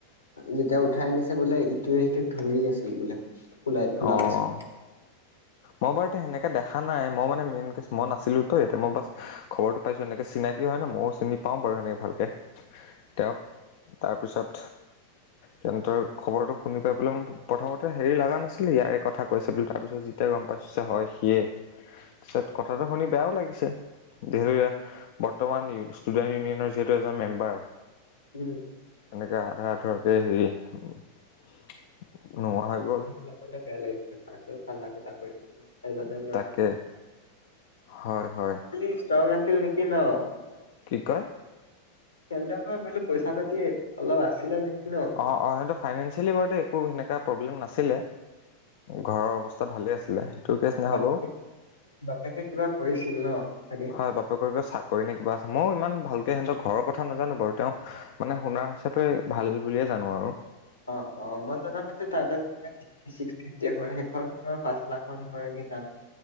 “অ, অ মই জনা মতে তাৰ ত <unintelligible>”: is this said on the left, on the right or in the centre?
Left